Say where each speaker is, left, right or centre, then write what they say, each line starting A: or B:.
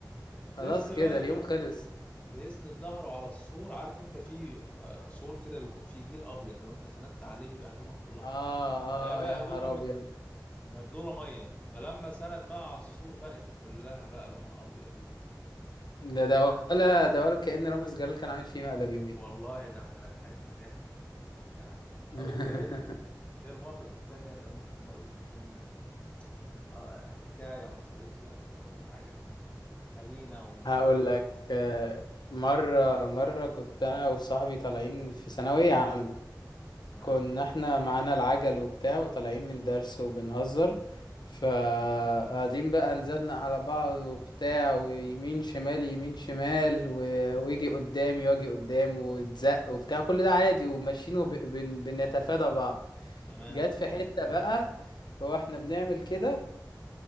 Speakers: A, on the left; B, on the left.
A: خلاص
B: لسه
A: كده
B: بقى
A: اليوم
B: ب...
A: خلص
B: بيسند ظهره على السور عارف انت في آه، سور كده بيكون فيه جير ابيض لو انت سندت عليه بيبقى هدومك كلها
A: اه
B: ابيض ده بقى
A: اه يا نهار
B: هدومه مد-
A: ابيض
B: مبلوله ميه فلما سند بقى على السور بقت كلها بقى لونها ابيض وجيره
A: ده ده ولا ده ولا كأن رامز جلال كان عامل فيه مقلب يومي
B: والله ده احنا ضحكنا ضحك يعني
A: <laughs>
B: طب انت ايه ال... ايه المواقف التانية اللي ممكن برضو تكون آه، حكاية حصلت لك او حاجة حزينة أو مضحكة
A: هقول
B: أو
A: لك آه، مرة مرة كنت أنا وصاحبي طالعين في ثانوية عامة
B: تمام
A: كنا احنا معانا العجل وبتاع وطالعين من درس وبنهزر فقاعدين بقى نزلنا على بعض وبتاع ويمين شمال يمين شمال و... ويجي قدامي واجي قدام وتزق وبتاع كل ده عادي وماشيين وبنتفادى بعض
B: تمام
A: جت في حتة بقى واحنا بنعمل كده